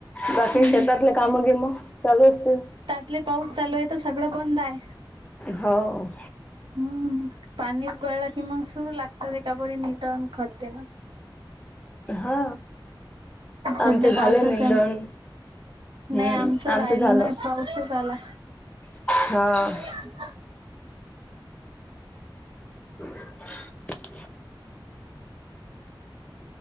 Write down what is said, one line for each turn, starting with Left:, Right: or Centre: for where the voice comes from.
Left: बाकी
Right: हम्म.
Left: शेतातले काम गेम चालू असतील.
Right: इथले पाऊस चालू हाय तर सगळं बंद हाय.
Left: हव.
Right: हम्म पाणी उकळलकी की मग सुरू लागत विटागोळी नितन खत देणं.
Left: हा
Right: सध्या
Left: आमचे झाले
Right: पावसाच्या
Left: निंदन
Right: नाही
Left: हम्म
Right: आमचं राहिलं
Left: झालं.
Right: नाही पाऊसच आला.
Left: हा.
Right: ह ह.
Left: <unintelligible>